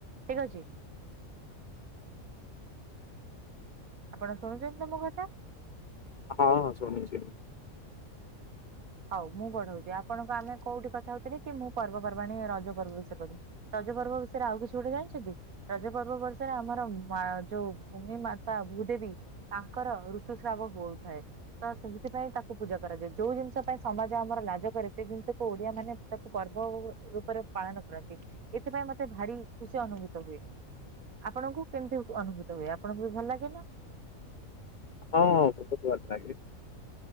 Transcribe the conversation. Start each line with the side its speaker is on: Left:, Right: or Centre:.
Right: ଠିକ୍ ଅଛି? ଆପଣ ଶୁଣୁଛନ୍ତି ତ ମୋ କଥା?
Left: ହଁ ହଁ ଶୁଣୁଛି।
Right: ହଉ ମୁଁ ବଢଉଛି ଆପଣଙ୍କୁ ଆମେ କୋଉଠି କଥା ହଉଥିଲେ କି ମୁଁ ପର୍ବପର୍ବାଣି ରଜ ପର୍ବ ବିଷୟରେ କହୁଥିଲି। ରଜ ପର୍ବ ବିଷୟରେ ଆଉ କିଛି ଗୋଟେ ଜାଣିଛନ୍ତି? ରଜ ପର୍ବ ବର୍ଷରେ ଆମର ମା ଯୋଉ ଭୂମି ମାତା ଭୂଦେବୀ ତାଙ୍କର ଋତୁସ୍ରାବ ବହୁ ଥାଏ ତ ସେଇଥିପାଇଁ ତାକୁ ପୂଜା କରାଯାଏ ଯୋଉ ଜିନିଷ ପାଇଁ ସମାଜ ଆମର ଲାଜ କରେ ସେ ଜିନିଷକୁ ଓଡିଆ ମାନେ ତାକୁ ପର୍ବ ଓ-ଓ ରୂପରେ ପାଳନ କରନ୍ତି। ଏଥିପାଇଁ ମତେ ଭାରି ଖୁସି ଅନୁଭୂତ ହୁଏ। ଆପଣଙ୍କୁ କେମତି ଉ ଅନୁଭୂତ ହୁଏ? ଆପଣଙ୍କୁ ବି ଭଲ ଲାଗେ ନା?
Left: ହଁ ବହୁତ୍ ଭଲ ଲାଗେ।